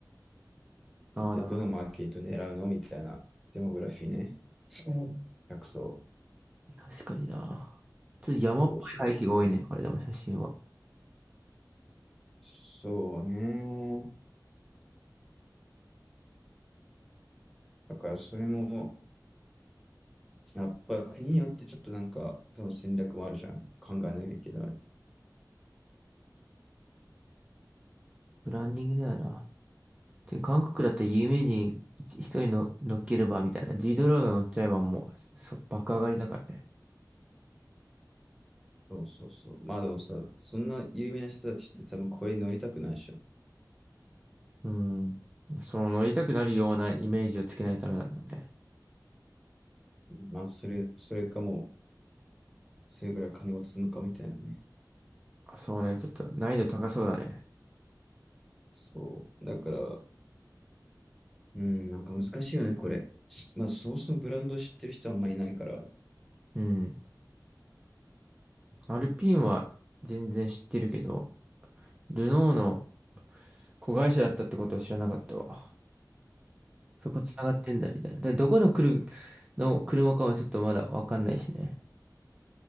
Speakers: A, on the right; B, in the centre.
A: ああ、
B: 一体どのマーケット狙うのみたいなデモグラフィーね。
A: なるほど
B: うん客層。
A: 確かにな。ちょっと山っぽい背景が多いね、
B: そうそうそう。
A: これでも写真は。
B: そうね。だからそれも、やっぱ国によってちょっとなんか、多分戦略もあるじゃん。考えなきゃいけない。
A: ブランディングだよな。で、韓国だったら有名人一一人の乗っければみたいな。G ドラが乗っちゃえばもう、そ、爆上がりだからね。
B: そうそうそう。まあでもさ、そんな有名な人たちって多分これに乗りたくないでしょ。
A: うん。その乗りたくなるようなイメージをつけないためなんだね。
B: まあそれ、それかもう、それぐらい金を積むかみたいなね。
A: あそうね、ちょっと難易度高そうだね。
B: そう。だから、うん、なんか難しいよね、これ。しまあそもそもブランドを知ってる人はあんまりいないから。
A: うん。アルピンは全然知ってるけど、ルノーの子会社だったってことを知らなかったわ。そこ繋がってんだみたいな。で、どこの車の車かもちょっとまだわかんないしね。